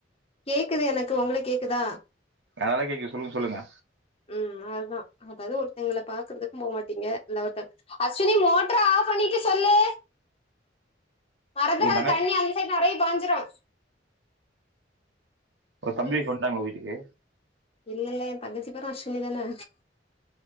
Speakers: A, on the left; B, on the right.
A: கேக்குது எனக்கு ஒங்களுக்கு கேக்குதா
B: நல்லா கேக்குது சொல்லுங் சொல்லுங்க
A: ம் அதா அதவாது ஒருத்தவுங்கள பாக்குறதுக்கு போமாட்டீங்க லோத அஸ்வினி மோட்ர்அ ஆஃப் பண்ணிட்டு சொல்லு மறந்துறாத
B: உங்க தங்கச்சி
A: தண்ணி அந்த சைடு நெறைய பாஞ்சிரு
B: உங்க தம்பி
A: ம்
B: வைஃப் வந்டாங்கல வீட்டுக்கு
A: இல்ல ஏ தங்கச்சி பேரு அஸ்வினி தானா